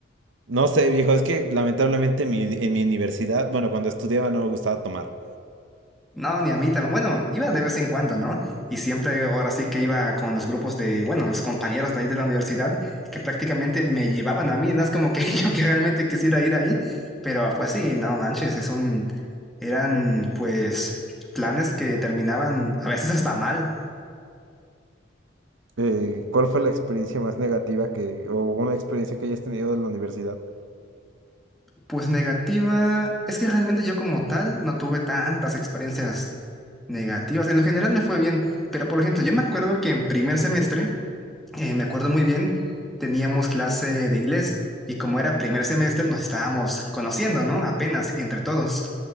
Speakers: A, on the right (about 80°); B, in the centre.
A: No sé, viejo, es que lamentablemente mi- en mi universidad, bueno, cuando estudiaba no me gustaba tomar.
B: No, ni a mí también. Bueno, iba de vez en cuando, ¿no? Y siempre, ahora sí que iba con los grupos de, bueno, los compañeros de ahí de la universidad, que prácticamente me llevaban a mí, no es como que <laughs> yo que realmente quisiera ir ahí, pero pues sí, no manches, es un, eran pues planes que terminaban a veces hasta mal.
A: Eh, ¿cuál fue la experiencia más negativa que, o una experiencia que hayas tenido de la universidad?
B: Pues negativa, es que realmente yo como tal no tuve tantas experiencias negativas. En lo general me fue bien, pero por ejemplo, yo me acuerdo que en primer semestre, eh, me acuerdo muy bien, teníamos clase de inglés y como era primer semestre nos estábamos conociendo, ¿no? Apenas entre todos.